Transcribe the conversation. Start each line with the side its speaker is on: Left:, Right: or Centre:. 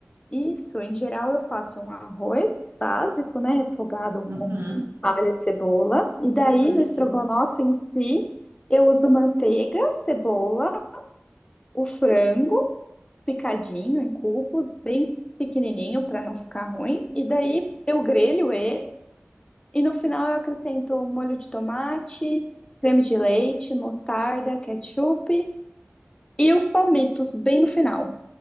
Left: Isso, em geral, eu faço um arroz básico, né? Refogado
Right: Uhum.
Left: com alho e cebola. E daí,
Right: Ai,
Left: no
Right: que
Left: estrogonofe
Right: delícia.
Left: em si, eu uso manteiga, cebola, o frango. picadinho em cubos, bem pequenininho para não ficar ruim. E daí eu grelho ele e no final eu acrescento molho de tomate, creme de leite, mostarda, ketchup e os palmitos bem no final.